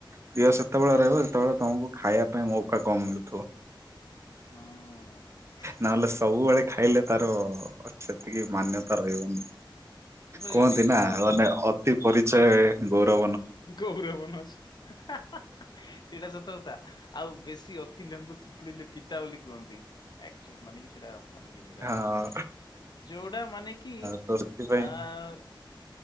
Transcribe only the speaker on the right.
ପ୍ରିୟ ସେତେବେଳେ ରହିବ ଯେତେବେଳେ ତମକୁ ଖାଇଆ ପାଇଁ ମୌକା କମ୍ ମିଳୁଥିବ।
ନହେଲେ ସବୁବେଳେ ଖାଇଲେ ତାର ସେତିକି ମାନ୍ୟତା ରହିବନି
କୁହନ୍ତି ନା
ମାନେ ଅତି ପରି ଚୟ ଗୋର
ହଁ
ତ ସେଥିପାଇଁ